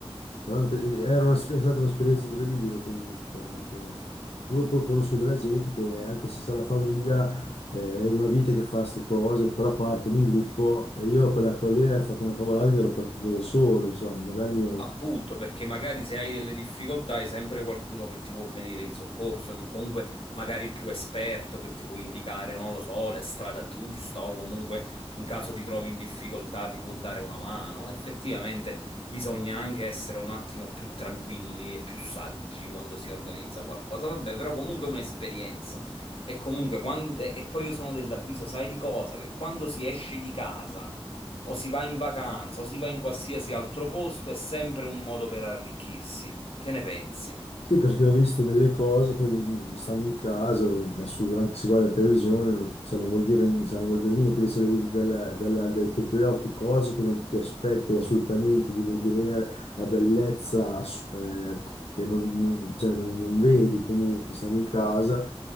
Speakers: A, on the left; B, on the left.
A: Però mi piace- era una- è stata un'esperienza incredibile comunque, perché poi, poi conosco della gente che anche se sta la famiglia eh, è una vita che fa queste cose, però partono in gruppo e io a quella che lì ho fatto una cavolata che ero partito da solo, insomma, magari mi,
B: Appunto, perché magari se hai delle difficoltà hai sempre qualcuno che ti può venire in soccorso, che comunque magari è più esperto, che ti può indicare, non lo so, la strada giusta o comunque in caso ti trovi in difficoltà ti può dare una mano. Effettivamente bisogna anche essere un attimo più tranquilli e più saggi quando si organizza qualcosa. Vabbè, però comunque è un'esperienza. E comunque quando- e poi io sono dell'avviso, sai di cosa? Che quando si esce di casa o si va in vacanza, o si va in qualsiasi altro posto, è sempre un modo per arricchirsi. Che ne pensi?
A: Sì, perché ho visto delle cose che mm, stanno in casa, assurdo, anche se guarda la televisione, cioè, non vuol dire, cioè, non vuol dire niente, invece le vedi dalla- dalla- dai, con i tuoi occhi, cose che non ti aspetti assolutamente di vedere, la bellezza ass- eh, che non, non- cioè, non- non vedi comunque, stanno in casa